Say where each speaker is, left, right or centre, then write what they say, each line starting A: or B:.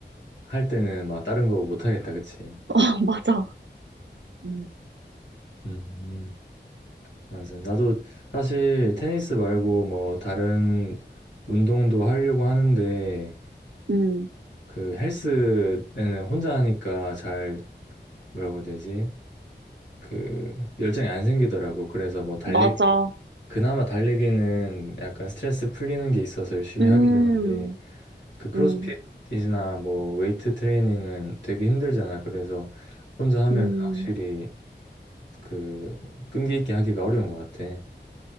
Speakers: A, on the left; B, on the right.
A: 할 때는 막 다른 거 못 하겠다, 그치?
B: 아, 맞아. 음.
A: 음, 맞아. 나도 사실 테니스 말고 뭐 다른 운동도 하려고 하는데
B: 음,
A: 그 헬스에는 혼자 하니까 잘 뭐라고 해야 되지? 그 열정이 안 생기더라고. 그래서 뭐 달리기
B: 맞아.
A: 그나마 달리기는 약간 스트레스 풀리는 게 있어서 열심히
B: 음,
A: 하게 음, 되는데 그 크로스핏이나
B: 음,
A: 뭐 웨이트 트레이닝은 되게 힘들잖아. 그래서 혼자 하면
B: 음.
A: 확실히 그 끈기 있게 하기가 어려운 것 같아.